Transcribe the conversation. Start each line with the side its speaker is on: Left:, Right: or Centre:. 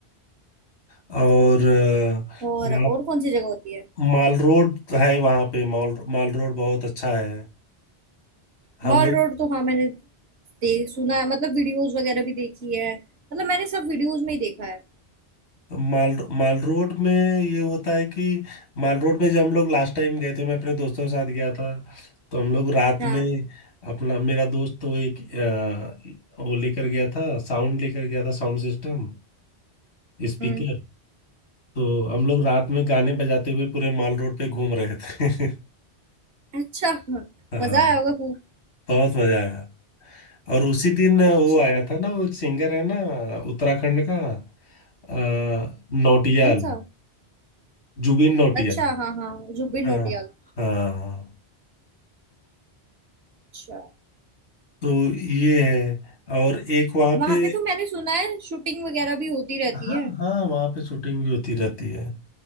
Left: और अ,
Right: और
Left: वहाँ
Right: और कौन सी जगह होती है
Left: माल रोड है वहां पे माल माल रोड बहुत अच्छा है हम
Right: मॉल
Left: लोग
Right: रोड तो हाँ मैंने देख सुना है मतलब वीडियोस वगैरह भी देखी है मतलब मैंने सब वीडियोस में ही देखा है
Left: माल माल रोड में ये होता है कि माल रोड में जब हम लोग लास्ट टाइम गए थे मैं अपने दोस्तों के साथ गया था तो हम लोग रात
Right: हाँ
Left: में अपना मेरा दोस्त तो एक अ, वो लेकर गया था साउंड लेकर गया था साउंड सिस्टम स्पीकर
Right: हम्म
Left: तो हम लोग रात में गाने बजाते हुए पूरे माल रोड पे घूम रहे थे <laughs>
Right: अच्छा हाँ,
Left: हाँ
Right: मजा आया होगा खूब
Left: बहुत मजा आया और उसी दिन वो
Right: अच्छा
Left: आया था ना वो एक सिंगर है ना उत्तराखंड का अ, नौटियाल
Right: कौन सा
Left: जुबिन नौटियाल
Right: अच्छा हाँ हाँ जुबिन
Left: हाँ
Right: नौटियाल
Left: हाँ हाँ।
Right: अच्छा
Left: तो ये है और एक वहाँ
Right: वहां
Left: पे
Right: पे तो मैंने सुना है शूटिंग वगैरह भी होती रहती
Left: हाँ
Right: है
Left: हाँ वहाँ पे शूटिंग भी होती रहती है